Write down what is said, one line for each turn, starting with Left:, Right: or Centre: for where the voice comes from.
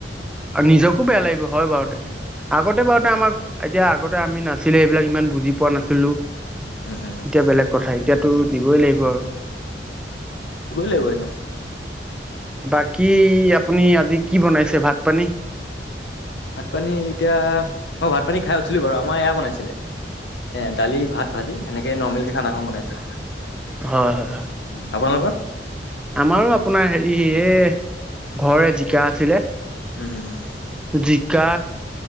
Centre: আ নিজকো বেয়া লাগিব হয় বাৰুতে
Left: উম
Centre: আগতে বাৰুতে আমাক। এতিয়া আগতে আমি নাছিলে এইবিলাক ইমান বুজি পোৱা নাছিলো
Left: উম উম
Centre: এতিয়া বেলেগ কথাই। এতিয়াতো দিবই লাগিব আৰু।
Left: দিবই লাগিবনো।
Centre: বাকী আপুনি আজি কি বনাইছে ভাত পানী।
Left: ভাত পানী এতিয়া মই ভাত পানী খাই উছিলো বাৰু আমাৰ এয়া বনাইছিলে। এ দালি ভাত ভাজি সেনেকে নৰ্মেল কে খানাখন বনাইছে।
Centre: হয় হয় হয়
Left: উম আপোনালোকৰ।
Centre: আমাৰো আপোনাৰ হেৰি এই ঘৰ জিকা আছিলে।
Left: উম উ।
Centre: জিকা।